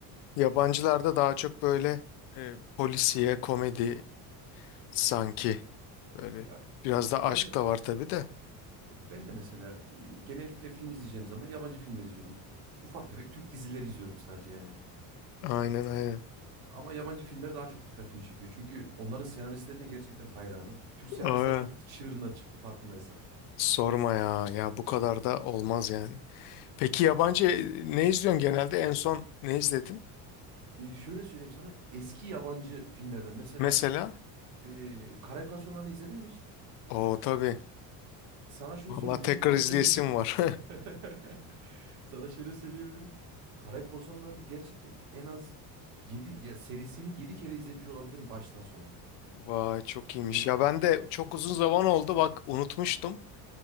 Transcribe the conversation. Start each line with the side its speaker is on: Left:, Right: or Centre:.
Left: yabancılarda daha çok böyle e, polisiye komedi sanki böyle
Right: Ya
Left: biraz da
Right: ben
Left: aşk
Right: de
Left: da var tabii de.
Right: E, Ben de mesela e, genellikle film izleyeceğim zaman yabancı filmler izliyorum. Ufak tefek Türk dizileri izliyorum sadece yani.
Left: Aynen aynen.
Right: Ama yabancı filmler daha çok dikkatimi çekiyor. Çünkü onların senaristlerine gerçekten hayranım. Türk senaristler
Left: Aa,
Right: artık çığırından çıktı farkındaysan.
Left: sorma ya ya bu kadar da olmaz yani. Peki yabancı ne izliyorsun genelde? En son ne izledin?
Right: E, şöyle söyleyeyim sana eski yabancı filmlerden mesela
Left: Mesela?
Right: e, Karayip Korsanlarını izledin mi hiç?
Left: Oo tabii.
Right: Sana şunu
Left: Vallahi
Right: söyleyebilirim
Left: tekrar
Right: o
Left: izleyesim
Right: seriyi
Left: var.
Right: <laughs> sana şöyle söyleyebilirim. Karayip Korsanları'nı gerçekten en az yedi ya serisini 7 kere izlemiş olabilirim baştan sona.
Left: <laughs> Vay çok iyiymiş.
Right: Ya,
Left: Ya ben de çok uzun zaman oldu. Bak unutmuştum.